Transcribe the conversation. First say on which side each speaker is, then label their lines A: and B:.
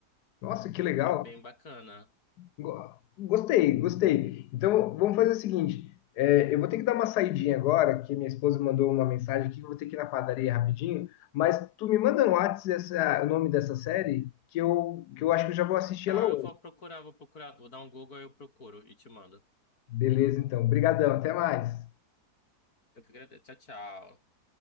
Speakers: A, on the left; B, on the left.
A: Nossa, que legal.
B: É bem bacana.
A: Go- Gostei, gostei. Então, vamos fazer o seguinte: é, eu vou ter que dar uma saidinha agora, que minha esposa mandou uma mensagem aqui, que eu vou ter que ir na padaria rapidinho, mas tu me manda no Whats essa- o nome dessa série, que eu, que eu acho que eu já vou assistir
B: Tá,
A: ela hoje.
B: eu vou procurar, vou procurar, vou dar um Google e eu procuro e te mando.
A: Beleza, então. Obrigadão, até mais.
B: Eu que agradeço. Tchau, tchau.